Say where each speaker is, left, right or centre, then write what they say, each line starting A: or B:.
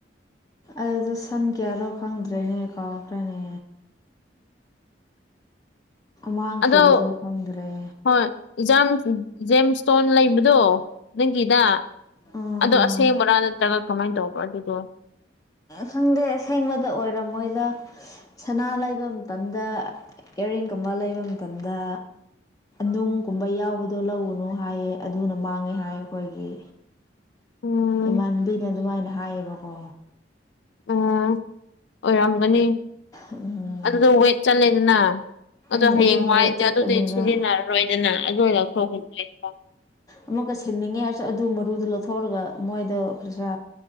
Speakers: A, on the left; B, on the left.
A: ꯑꯗꯨ ꯁꯟ ꯀꯌꯥꯔꯣ ꯈꯪꯗ꯭ꯔꯦꯅꯦ ꯀꯥꯎꯈ꯭ꯔꯦꯅꯦ
B: <unintelligible>
A: ꯃꯥꯡꯈꯤꯕꯗꯣ
B: ꯑꯗꯣ
A: ꯈꯪꯗ꯭ꯔꯦ
B: ꯍꯣꯏ ꯖꯝꯁ ꯖꯦꯝꯁ ꯏꯁꯇꯣꯟ ꯂꯩꯕꯗꯣ ꯅꯪꯒꯤꯗ
A: ꯎꯝ
B: ꯑꯗꯣ ꯑꯁꯦꯡꯕꯔꯥ ꯅꯠꯇ꯭ꯔꯒ ꯀꯃꯥꯏꯅ ꯇꯧꯕꯔ ꯑꯗꯨꯗꯣ
A: ꯈꯪꯗꯦ ꯑꯁꯦꯡꯕꯗ ꯑꯣꯏꯔꯝꯃꯣꯏꯗ ꯁꯅꯥ ꯂꯩꯕ ꯃꯇꯝꯗ ꯏꯌꯥꯔꯤꯡꯒꯨꯝꯕ ꯂꯩꯕ ꯃꯇꯝꯗ ꯅꯨꯡꯒꯨꯝꯕ ꯌꯥꯎꯕꯗꯣ ꯂꯧꯎꯅꯨ ꯍꯥꯏꯌꯦ ꯑꯗꯨꯅ ꯃꯥꯡꯉꯦ ꯍꯥꯏ ꯑꯩꯈꯣꯏꯒꯤ
B: ꯎꯝ
A: ꯏꯃꯥꯟꯕꯤꯅ ꯑꯗꯨꯃꯥꯏꯅ ꯍꯥꯏꯌꯦꯕꯀꯣ
B: ꯑꯥ ꯑꯣꯏꯔꯝꯒꯅꯤ
A: ꯎꯝ
B: ꯑꯗꯨꯗꯣ ꯋꯦꯠ ꯆꯠꯂꯦꯗꯅ ꯑꯗꯣ
A: ꯎꯝ
B: ꯍꯌꯦꯡ
A: ꯑꯗꯨꯅ
B: ꯋꯥꯏꯗꯤ
A: ꯋꯦꯠ ꯆꯠꯄꯅꯦꯕ
B: ꯑꯗꯨꯗꯤ ꯁꯤꯖꯤꯟꯅꯔꯔꯣꯏꯗꯅ ꯑꯗꯨ ꯂꯧꯊꯣꯛꯍꯟꯗꫡꯏꯀꯣ
A: ꯑꯃꯨꯛ ꯀ ꯁꯤꯅꯤꯡꯉꯦ ꯑꯗꯨ ꯃꯔꯨꯗ ꯂꯧꯊꯣꯛꯑꯒ ꯃꯣꯏꯗ ꯈꯩꯁꯥ